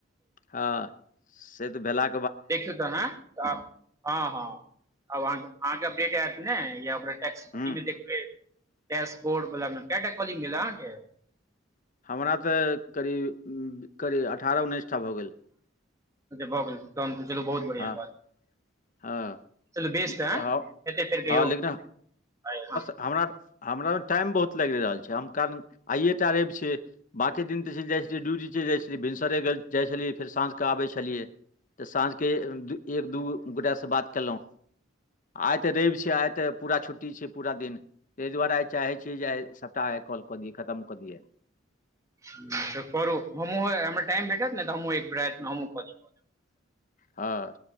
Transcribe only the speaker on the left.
हँ से तऽ भेला
हँ
हमरा तऽ करीब-करीब अठारह उन्नैसटा भऽ गेल।
हँ
हँ
हँ
हँ लेकिन
हमरा हमरा टाइम बहुत लाइग रहल छैय हम कारण आइए टा रैव छैय। बाँकी दिन तऽ चैलजाइ छलै ड्यूटी चलि जाइ छलियै भिनसरेगर जाइ छलियै फेर साँझ कऽ आबै छलियै। तऽ साँझके एक दू गोटासँ बात केलोउ। आइ तऽ रैब छैय आइ तऽ पूरा छुट्टी छैय पूरा दिन। तहि दुआरे चाहे छियै जेइ सपटा के कॉल कऽ दियै खतम कऽ दिये।
हँ